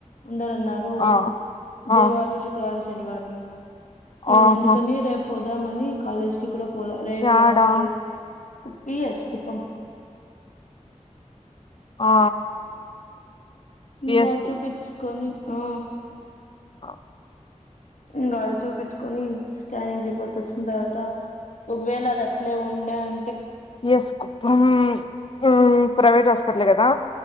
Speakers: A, on the left (about 75°); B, on the left (about 45°).
A: ఉండానన్నారు
B: ఆ
A: గురువారం,
B: ఆ
A: శుక్రవారం, శనివారము. ఇంగ
B: ఆహా
A: అందుకని రేపు పోదామని కాలేజ్కి కూడా పోలా రేపు
B: యాడా
A: హాస్పిటల్ కు పిఎస్ కుప్పం
B: ఆ
A: ఇంగా
B: పి ఎస్
A: ఆడా చూపిచ్చుకొని ఆ
B: అ
A: ఇంగాడ చూపిచ్చుకొని స్కానింగ్ రిపోర్ట్స్ వచ్చిన తర్వాత ఒకవేళ అది అట్లే ఉండేం
B: ఎస్ కుప్పమ్ ఉమ్ ప్రైవేట్ హాస్పిటల్ కదా